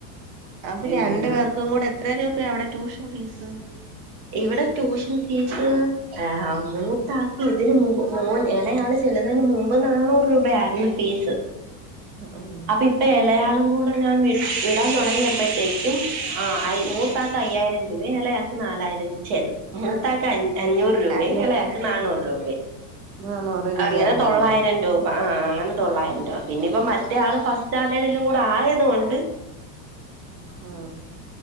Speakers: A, on the right (about 75°); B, on the right (about 40°).
A: അപ്പൊ
B: പിന്നെ
A: രണ്ട് പേർക്കും കൂടെ എത്ര രൂപയാ അവിടെ ട്യൂഷൻ ഫീസ്?
B: ഇവിടെ ട്യൂഷൻ ഫീസ് ആ മൂത്താക്ക് ഇതിന് മുമ്പ് മോൻ ഇളയാള് ചെല്ലുന്നതിന് മുമ്പ് നാന്നൂറ് രൂപ ആയിരുന്നു ഫീസ്
A: ആഹ്
B: ഇപ്പ ഇളയയാളും കൂടെ ഞാൻ വി വിടാൻ തുടങ്ങിയപ്പോഴത്തേക്കും ആ മൂത്താക്ക് അയ്യായിരം രൂപ ഇളയാക്ക് നാലായിരം ചേന്ന് മൂത്താക്ക് അഞ്ഞൂറ് രൂപയും
A: അഞ്ഞൂറ്
B: ഇളയാക്ക് നാന്നൂറ് രൂപയും
A: നാന്നൂറ് രൂപയായോ
B: അങ്ങനെ തൊള്ളായിരം രൂപ ആ അങ്ങനെ തൊള്ളായിരം രൂപ പിന്നിപ്പം മ മറ്റ ആള് ഫസ്റ്റ് സ്റ്റാൻഡേർഡിലും കൂടെ ആയത് കൊണ്ട്
A: ആഹ്